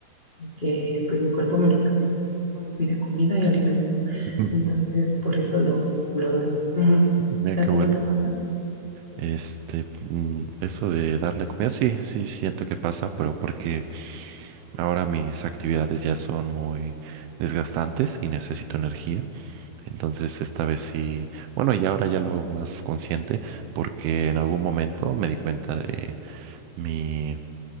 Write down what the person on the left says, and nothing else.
y que pues mi cuerpo me lo cuerpo me pide comida y alimento.
Entonces, por eso lo, lo doy. Ujú.
¿A
ti
no te pasa?